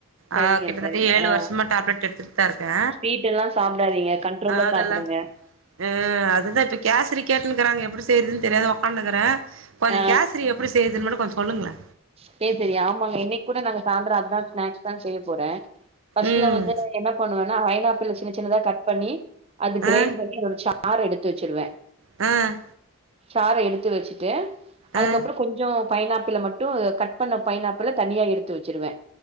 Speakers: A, on the right (about 25°); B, on the right (about 65°).
A: சரிங்க
B: ஆ கிட்டத்தட்ட
A: சரிங்க
B: ஏழு
A: ஆ
B: வருஷமா டாப்லெட் எடுத்துட்டு தா இருக்கே
A: ஸ்வீட் எல்லா சாப்டாதீங்க கண்ட்ரோல்ல
B: அதெல்லா
A: சாப்டுங்க
B: அ அதுதா இப்ப கேசரி கேட்டுனுருக்காங்க எப்பிடி செய்யுறதுன்னு தெரியாத ஒக்காண்டுருக்குறே கொஞ்சோ
A: ஆ
B: கேசரி எப்பிடி செய்றதுன்னு மட்டும் கொஞ்சோ சொல்லுங்களே
A: சேரி சேரி ஆமாங்க இன்னிக்கு கூட நாங்க சாய்ந்தரம் அத்தா ஸ்நாக்ஸ் தா செய்யப் போறே ஃபர்ஸ்ட்ல
B: ம்
A: வந்து என்ன பண்ணுவேன்னா வயனப் சின்ன சின்னதா கட் பண்ணி அது கிரைண்ட்
B: ஆ
A: பண்ணி அதோட சாரு எடுத்து வச்சிருவே
B: அ
A: சார எடுத்து வச்சுட்டு அதுக்கப்புறோ
B: ஆ
A: கொஞ்சோ பைனாப்பிள மட்டு கட் பண்ண பைனாப்பிள தனியா எடுத்து வச்சிருவே